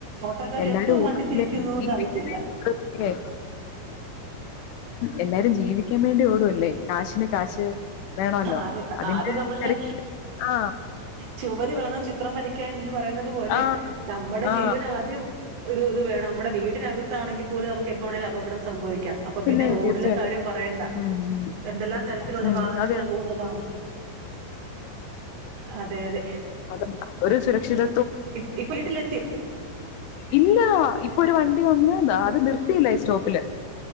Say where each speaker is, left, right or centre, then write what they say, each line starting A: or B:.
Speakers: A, on the right; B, on the left.
A: ഓട്ടക്കാര്
B: എല്ലാരും
A: എപ്പം വണ്ടിതിരിക്കുന്നുന്നറിയത്തില്ല
B: ഓടില്ലേ ജീവിക്കാൻ വേണ്ടിയേ എല്ലാരും ജീവിയ്ക്കാൻ വേണ്ടി ഓടുവല്ലേ കാശിന് കാശ് വേണമല്ലോ
A: അത്
B: അതിന്റെ
A: ആദ്യം നമ്മളെ
B: തിരക്കില് ആ
A: ചുവര് വേണം ചിത്രം വര ക്യാ ന്ന് പറയുന്നത് പോലെ
B: ആ
A: നമ്മുടെ
B: ആ
A: ജീവനാദ്യം ഒരു ഇത് വേണം മ്മടെ വീടിനകത്താണെങ്കിപ്പോലും നമുക്ക് എപ്പ വാണെലൂ അപകടം സംഭവിക്കാം അപ്പപ്പിന്നെ
B: പിന്നെ
A: റോഡിലെ
B: തീർച്ചയായിട്ടും
A: കാര്യം പറയേണ്ട
B: ഉം ഉം
A: എന്തെല്ലാം തരത്തിലുള്ള
B: ഉം
A: വാ ആണ്ങ്ങള്
B: അതെ
A: പോകുന്നതാണ് അതെ അതെ
B: അത് ഒരു സുരക്ഷിത
A: ഇ ഇപ്പ വീട്ടിലെത്തി
B: ഇല്ലാ ഇപ്പൊരു വണ്ടി വന്ന് അത് നിർത്തിയില്ല ഈ സ്റ്റോപ്പില്